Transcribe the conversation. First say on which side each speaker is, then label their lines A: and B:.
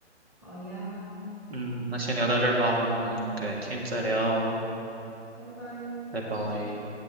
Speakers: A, in the centre; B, on the right.
A: 好呀，
B: 嗯，
A: 嗯，
B: 那先聊到这儿吧，我们改天再聊，
A: 拜拜。
B: 拜拜。